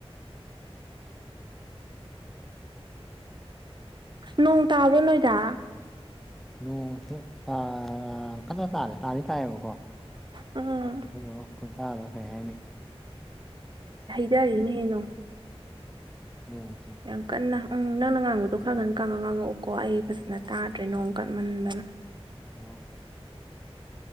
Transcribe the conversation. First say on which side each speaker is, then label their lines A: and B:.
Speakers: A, on the right; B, in the centre.
A: ꯅꯣꯡ ꯇꯥꯕ꯭ꯔꯣ ꯅꯣꯢꯗ
B: ꯅꯣꯡꯁꯦ ꯇꯥ ꯈꯛꯇ ꯇꯥꯗꯦ ꯇꯥꯗꯤ ꯇꯥꯢꯌꯦꯕꯀꯣ
A: ꯎꯝ
B: ꯑꯗꯨ ꯈꯨꯇꯥꯕ ꯀꯩ ꯍꯥꯢꯅꯤ
A: ꯌꯥꯔꯤꯅꯤ ꯑꯩꯅꯣ
B: ꯅꯣꯡꯁꯦ
A: ꯌꯥꯝ ꯀꯟꯅ ꯎꯝ ꯅꯪꯅ ꯉꯥꯡꯕꯗꯣ ꯈꯔꯀꯟꯅ ꯉꯥꯡꯉꯛꯎꯀꯣ ꯑꯩ ꯐꯖꯅ ꯇꯥꯗ꯭ꯔꯦ ꯅꯣꯡ ꯀꯟꯃꯟꯗꯅ
B: ꯑꯣ